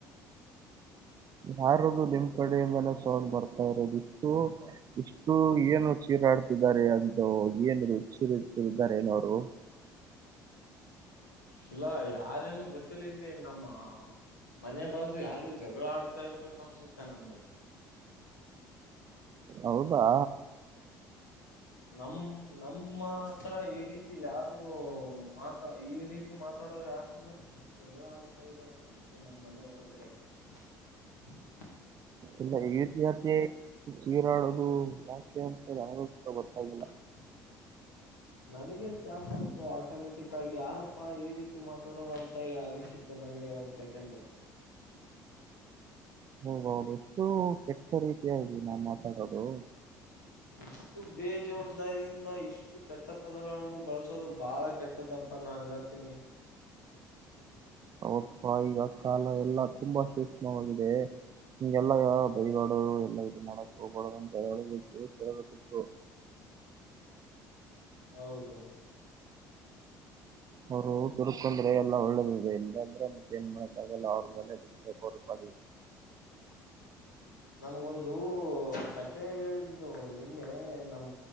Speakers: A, on the right (about 40°); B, on the left (about 85°).
A: ಯಾರದ್ದು ನಿಮ್ಮ ಕಡೆಯಿಂದನೇ ಸೋಲ್ ಬರ್ತಾ ಇರೋದು ಇಷ್ಟು ಇಷ್ಟು ಏನು ಚೀರಾಡ್ತಿದ್ದಾರೆ ಅಂತ ಏನ್ ಚಿರುತಿದ್ದಾರೆ ಏನೋರು
B: ಇಲ್ಲ ಯಾರೇನು ಮ ಇಲ್ಲಿ ನಮ್ಮ ಮನೆ ಬಾಜು ಯಾರು ಜಗಳ ಆಡ್ತಾ ಇರ್ಬೇಕು ಅನ್ಸುತ್ತೆ ನನ್ಗೆ
A: ಹೌದಾ
B: ನಮ ನಮ ಮಾತ್ರ ಈ ರೀತಿ ಯಾರಿಗೂ ಮಾತ ಈ ರೀತಿ ರಿತಿ ಮಾತಾಡೋರು ಯಾರು ಇಲ್ಲ ಯಾರು ಜಗಳ ಆಡ್ತಾ ಇದಾರೆ ಅನ್ಸುತ್ತೆ ನಮ್ಮ್ ಮನೆ ಹೊರಗಡೆ <unintelligible>
A: ಇಲ್ಲ ಈ <unintelligible> ಜೀರಾಡೋದು ಯಾಕೆ ಅಂತ ಯಾರು ಅಂತಾ ಗೊತ್ತಾಗಿಲ್ಲ
B: <unintelligible> ನನಗೆ ಶಾಕ್ ಆಯ್ತು ಆಟೋಮೆಟಿಕ್ ಆಗಿ ಯಾರಪ್ಪ ಈ ರೀತಿ ಮಾತಾಡೋದಂತ ಅನಿಸಿ ನನ್ಗೆ ಒಂದ್ ಸೆಕೆಂಡ್
A: ಹೋಗೌದು ಎಷ್ಟು ಕೆಟ್ಟ ರೀತಿಯಾಗಲಿ ನಾನ್ ಮಾತಾಡೋದು
B: ಇಷ್ಟು ಬೇಜವಾಬ್ದಾರಿಯಿಂದ ಇಷ್ಟು ಕೆಟ್ಟ ಪದಗಳನ್ನು ಬಳಸೋದು ಬಾಳ ಕೆಟ್ಟದಪ್ಪ ನಾನ್ ಹೇಳ್ತೀನಿ
A: ಹೌದಪ್ಪಾ ಈಗ ಕಾಲ ಎಲ್ಲಾ ತುಂಬಾ ಸೂಕ್ಷ್ಮವಾಗಿದೆ ಹಿಂಗೆಲ್ಲ ಬೈಗಾಡು ಎಲ್ಲ ಇದು ಮಾಡಕ್ ಹೋಗಬಾಡದ ಅವನಿಗೆ ತಿಳಿಸಿ ಹೇಳಬೇಕಿತ್ತು
B: ಹೌದು
A: ಅವ್ರು ದುರ್ಕೊಂಡ್ರೆ ಎಲ್ಲ ಒಳ್ಳೇದಿದೆ ಇಲ್ಲ ಅಂದ್ರೆ ಮತ್ತೆ ಏನ್ ಮಾಡಕ್ ಆಗಲ್ಲ ಅವ್ರ ಮೇಲೆ <unintelligible>
B: ನನಗೊಂದು ಕತೆೆ ಹೇಳಿದ್ಲು ನಿನ್ನೆ ನಮ